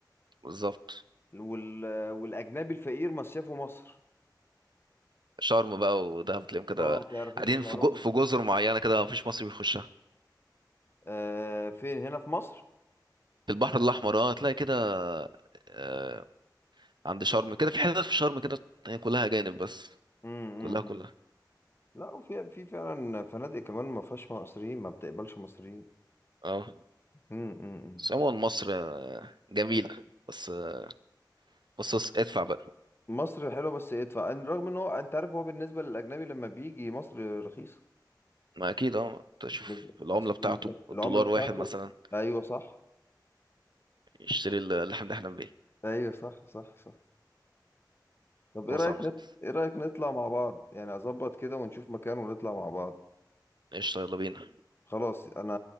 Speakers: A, on the right; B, on the left.
A: بالظبط
B: وال... والاجنبي الفقير مصيفه مصر
A: شرم بقى ودهب تلاقيهم كده
B: اه تعرف
A: قاعدين
B: انت المعلومه
A: في جو-
B: دي
A: في جزر معينة كده مفيش مصري بيخشها
B: آه فين هنا في مصر
A: في البحر الأحمر اه هتلاقي كده آه عند شرم كده في حتت في شرم كده هي كلها أجانب بس
B: امم
A: كلها
B: امم،
A: كلها
B: امم. لا وفي في فعلا فنادق كمان ما فيهاش مصريين ما بتقبلش مصريين
A: اه
B: امم امم، امم.
A: بس عموما مصر آه، جميلة بس آه، بس بس ادفع بقى
B: مصر حلوه بس ادفع ان- رغم ان هو انت عارف هو بالنسبه للاجنبي لما بيجي مصر رخيصه
A: ما أكيد اه تشوف
B: بالنسبة-
A: العملة
B: بس بالنسبه
A: بتاعته الدولار
B: العمله بتاعته
A: واحد مثلا
B: ايوه صح
A: يشتري ال- اللي احنا بنحلم بيه
B: ايوه صح صح صح طب ايه
A: حاجة
B: رأيك
A: صعبة
B: نت...
A: خالص
B: ايه رأيك نطلع مع بعض يعني اظبط كده ونشوف مكان ونطلع مع بعض
A: قشطة يلا بينا
B: خلاص انا